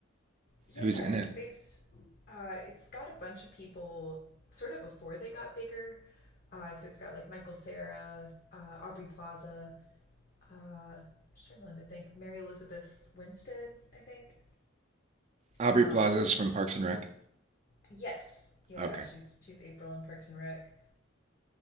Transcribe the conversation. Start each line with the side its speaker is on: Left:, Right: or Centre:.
Left: Yeah,
Right: Who's in
Left: it's
Right: it?
Left: based. Uh, it's got a bunch of people sort of before they got bigger. Uh, so it's got like Michael Sarah, uh, Aubrey Plaza, uh, I'm struggling to think. Mary Elizabeth Winstead, I think.
Right: Aubrey
Left: Um,
Right: Plaza's from Parks and Rec.
Left: yes, yeah,
Right: Okay.
Left: she's she's April in Parks and Rec.